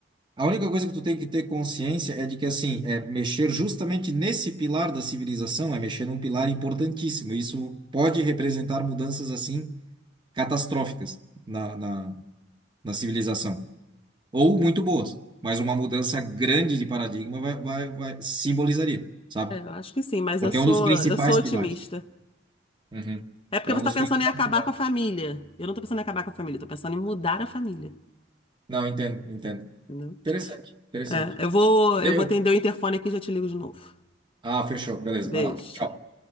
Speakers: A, on the right; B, on the left.
A: A única coisa que tu tem que ter consciência é de que assim, é mexer justamente nesse pilar da civilização, é mexer num pilar importantíssimo. Isso pode representar mudanças assim catastróficas na, na, na civilização. ou muito boas, mas uma mudança grande de paradigma vai, vai, vai simbolizaria, sabe?
B: É, eu acho que sim, mas
A: Porque
B: eu sou,
A: é um dos principais
B: eu sou otimista.
A: pilares. Uhum.
B: É porque
A: É
B: você
A: um dos
B: tá pensando
A: principais
B: em acabar
A: pilares.
B: com a família. Eu não tô pensando em acabar com a família, eu tô pensando em mudar a família,
A: Não, entendo, entendo.
B: entendeu?
A: Interessante, interessante.
B: É, eu vou,
A: Eu...
B: eu vou atender o interfone aqui e já te ligo de novo.
A: Ah, fechou. Beleza,
B: Beijo.
A: vai lá. Tchau.